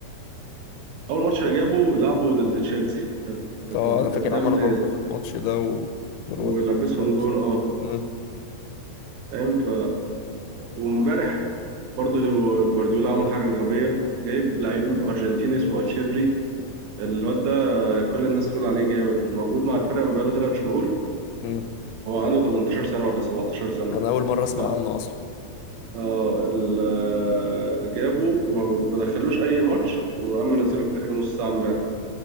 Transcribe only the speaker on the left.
اه
انا فاكر
عمل غلطة
في الماتش ده و والواد
عمر وسام.
مم،
مم.
انا اول مرة اسمع
عنه اصلا